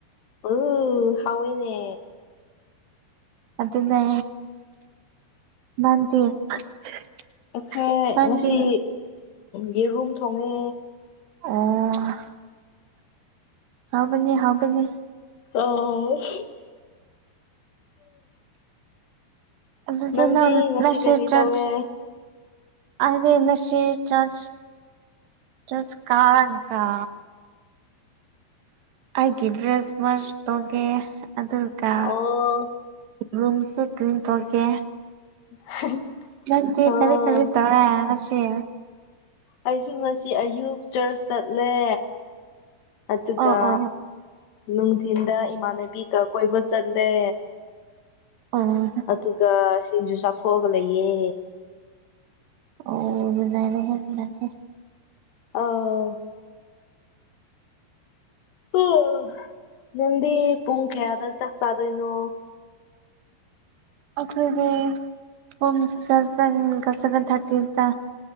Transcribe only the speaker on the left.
ꯎ ꯍꯥꯎꯏꯅꯦ
ꯑꯩꯈꯣꯏ
ꯉꯁꯤ ꯌꯦꯔꯨꯝ ꯊꯣꯡꯉꯦ
<unintelligible>
ꯅꯪꯗꯤ
ꯉꯁꯤ ꯀꯩꯀꯩ
ꯇꯧꯋꯦ
ꯑꯣ
<unintelligible>
ꯑꯣ
ꯑꯩꯁꯤ ꯉꯁꯤ ꯑꯌꯨꯛ ꯆꯔꯆ ꯆꯠꯂꯦ ꯑꯗꯨꯒ
ꯅꯨꯡꯊꯤꯟꯗ ꯏꯃꯥꯟꯅꯕꯤꯒ ꯀꯣꯏꯕ ꯆꯠꯂꯦ
ꯑꯗꯨꯒ ꯁꯤꯡꯖꯨ ꯆꯥꯊꯣꯛꯑꯒ ꯂꯩꯌꯦ
ꯑꯥ ꯑꯣ ꯅꯪꯗꯤ ꯄꯨꯡ ꯀꯌꯥꯗ ꯆꯥꯛ ꯆꯥꯗꯣꯏꯅꯣ